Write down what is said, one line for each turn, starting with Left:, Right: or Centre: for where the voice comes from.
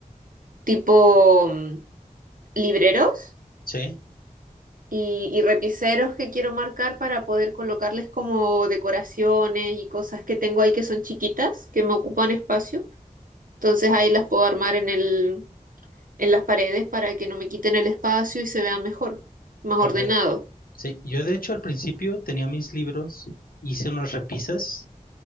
Right: tipo mm, libreros
Left: Sí,
Right: y, y repiseros que quiero marcar para poder colocarles como decoraciones y cosas que tengo ahí que son chiquitas, que me ocupan espacio. Entonces ahí las puedo armar en el, en las paredes para que no me quiten el espacio y se vea mejor, más
Left: ok.
Right: ordenado,
Left: Sí, yo de hecho al principio tenía mis libros, hice unas repisas,